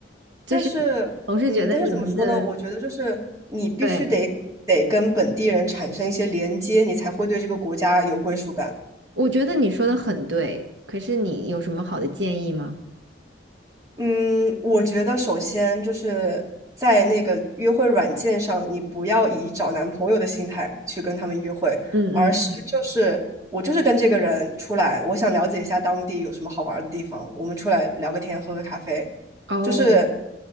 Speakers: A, on the right (about 85°); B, on the right (about 20°).
A: 就是
B: 但是，
A: 我是觉得你们的，
B: 嗯，但是怎么说呢？我觉得就是你必须得得跟本地人产生一些连接，
A: 对，
B: 你才会对这个国家有归属感。
A: 我觉得你说的很对，可是你有什么好的建议吗？
B: 嗯，我觉得首先就是在那个约会软件上，你不要以找男朋友的心态去跟他们约会，
A: 嗯嗯，
B: 而是就是我就是跟这个人出来，我想了解一下当地有什么好玩儿的地方，我们出来聊个天，喝个咖啡，
A: 哦，
B: 就是